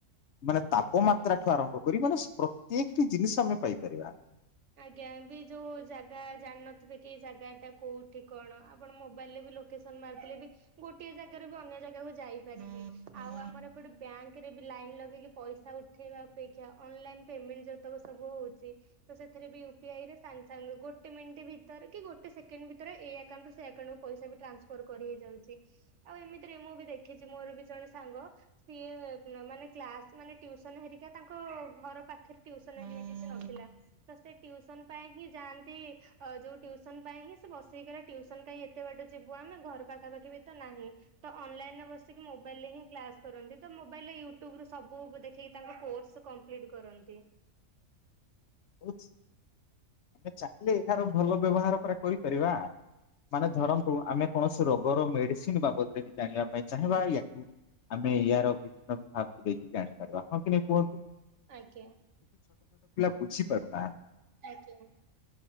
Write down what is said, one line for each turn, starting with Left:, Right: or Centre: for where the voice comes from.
Left: ମାନେ ତାପମାତ୍ରା ଠୁ ଆରମ୍ଭ କରିବାର ପ୍ରତ୍ୟେକଟି ଜିନିଷ ଆମେ ପାଇପାରିବା ।
Right: ଆଜ୍ଞା। ବି ଯୋଉ ଜାଗା ଜାଣିିନଥିବେ। କି ଏଇ ଜାଗା ଟା କୋଉଠି କଣ ଆପଣ ମୋବାଇଲ ରେ ବି ଲୋକେସନ ମାରିଦେଲେ ବି ଗୋଟଏ ଜାଗାରୁ ବି ଅନ୍ୟ ଜାଗାକୁ ଯାଇପାରିବେ। ଆଉ ଆମର ଏପଟେ ବ୍ୟାଙ୍କରେ ବି ଲାଇନ ଲଗେଇକି ପଇସା ଉଠେଇବା ଅପେକ୍ଷା ଅନଲାଇନ୍ ପେମେଣ୍ଟ ଯେତେକ ସବୁ ହଉଛି। ସେଥିରେ ବି ୟୁପିଆଇରେ ସାଙ୍ଗେ ସାଙ୍ଗ ଗୋଟେ ମିନିଟ୍ ଭିତରେ କି ଗୋଟେ ସେକେଣ୍ଡ ଭିତରେ ଏ ଆକାଉଣ୍ଟ ରୁ ସେ ଆକାଉଣ୍ଟ କୁ ପଇସା ବି ଟ୍ରାନ୍ସଫର କରି ହେଇ ଯାଉଛି । ଆଉ ଏମିତିରେ ମୁଁ ବି ଦେଖିଛି ମୋର ବି ଜଣେ ସାଙ୍ଗ ସିଏ ମାନେ କ୍ଲାସ୍ ମାନେ ଟ୍ୟୁସନ୍ ହେରିକା ମାନେ ତାଙ୍କ ଘର ପାଖରେ ଟିଉସନ <unintelligible> ଯାଉଥିଲା । ତ ସେ ଟ୍ୟୁସନ ପାଇଁ ହିଁ ଯାଆନ୍ତି ଆ ଯୋଉ ଟ୍ୟୁସନ ପାଇଁ ହିଁ ସେ ବସିକିରି ଟ୍ୟୁସନ କାଇଁ ଏତେ ବାଟ ଯିବୁ ଆମେ ଘର ପାଖାପାଖି ବି ତ ନାହିଁ ତ ଅନଲାଇନରେ ବସିକି ମୋବାଇଲରେ ହିଁ କ୍ଲାସ କରନ୍ତି ତ ମୋବାଇଲ ୟୁଟ୍ୟୁବ ସବୁ ଦେଖି ତାଙ୍କ କୋର୍ସ କମ୍ପ୍ଲିଟ କରନ୍ତି।
Left: ଆମେ ଚାହିଁଲେ ଏହାର ଭଲ ବ୍ୟବହାର ପୂରା ଫେରିବା ମାନେ
Right: ଆଜ୍ଞା।
Left: ଧରନ୍ତୁ ଆମେ କୌଣସି ରୋଗ ର ମେଡିସିନ ବାବଦରେ ବି ଜାଣିବା ପାଇଁ ଚାହିଁବା ୟାକୁ ଆମେ ୟାର ବିଭିନ୍ନ ବିଭାବକୁ ଦେଇକି ଜାଣିପାରିବା ହଁ କି ନହି କୁହନ୍ତୁ?
Right: ଆଜ୍ଞା।
Left: ବୁଝିପାରୁନାହାନ୍ତି।
Right: ଆଜ୍ଞା।